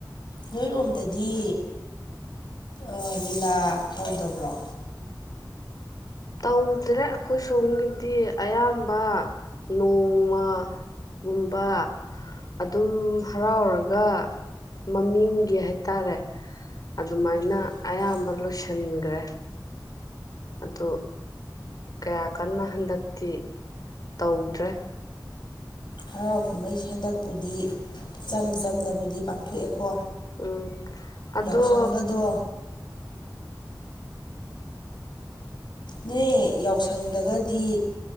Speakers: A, on the left; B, on the left.
A: ꯅꯣꯏꯔꯣꯝꯗꯗꯤ ꯑ ꯂꯤꯂꯥ ꯇꯧꯗꯕ꯭ꯔꯣ
B: ꯇꯧꯗꯦꯗ ꯑꯈꯣꯏ ꯁꯣꯝꯒꯤꯗꯤ ꯑꯌꯥꯝꯕ ꯅꯣꯡꯃꯒꯨꯝꯕ ꯑꯗꯨꯝ ꯍꯔꯥꯎꯔꯒ ꯃꯃꯤꯡꯒꯤ ꯍꯩ ꯇꯥꯔꯦ ꯑꯗꯨꯃꯥꯏꯅ
A: ꯑꯗꯨꯃꯥꯏꯅ
B: ꯑꯌꯥꯝꯕ ꯂꯣꯏꯁꯤꯟꯒꯔ꯭ꯦ ꯑꯗꯨ ꯀꯌꯥ ꯀꯟꯅ ꯍꯟꯗꯛꯇꯤ ꯇꯧꯗ꯭ꯔꯦ
A: ꯍꯔꯥꯎ ꯀꯨꯝꯃꯩꯁꯦ ꯍꯟꯗꯛꯄꯨꯗꯤ ꯆꯝ ꯆꯝꯅꯕꯨꯗꯤ ꯄꯥꯡꯊꯣꯛꯑꯦꯀꯣ
B: ꯎꯝ ꯑꯗꯣ
A: ꯌꯥꯎꯁꯪꯒꯗꯣ ꯅꯣꯏ ꯌꯥꯎꯁꯪꯗꯒꯗꯤ